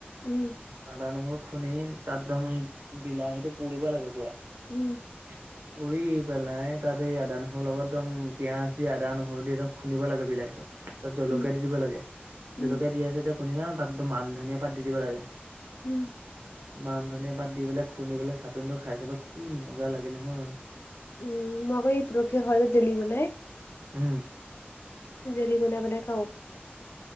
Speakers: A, on the left (about 80°); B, on the right (about 75°).
A: উম
B: আদা নহৰু খুন্দি তাত ত মই বিলাহীটো পুব লাগে পুৰা
A: উম
B: <unintelligible> পুৰি পেলাই তাত এই আদা নহৰুৰ লগত একদম পিয়াজ দি আদা নহৰু দি একদম খুন্দিব লাগে বিলাহীটো তাত জলকীয়া
A: উম
B: দি দিব লাগে।
A: উম,
B: দি আছে খুনিবা ন তাত মান ধনীয়া পাত দি দিব লাগে।
A: উম,
B: মান ধনীয়া পাত দি পেলাই খুন্দি পেলাই চাটনিটো খাই চাব কি মজা লাগে নহয়।
A: উম মইকৌ এই পৰষে হয় দেলি মানে।
B: উম,
A: জেলি বনাই বনাই খাও।